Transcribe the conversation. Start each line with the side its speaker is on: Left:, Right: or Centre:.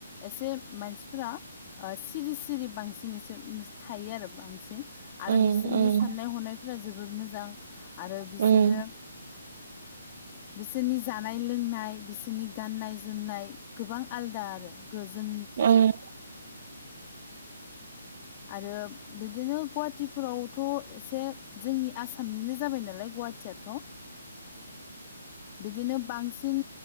Left: एसे मानसिफोरा ओ सिरि सिरि बांसिन एसे थायो आरो बांसिन आरो
Right: उम
Left: बिसोरनि
Right: उम
Left: साननाय हनायफ्रा जोबोर मोजां आरो बिसोरो
Right: उम
Left: बिसोरनि जानाय लोंनाय बिसोरनि गाननाय-जोमनाय गोबां आलदा आरो जोंनि
Right: उम
Left: आरो बिदिनो गुवाहाटिफोरावथ' एसे जोंनि आसामनिनो जाबाय नालाय गुवाहाटियाथ' बिदिनो बांसिन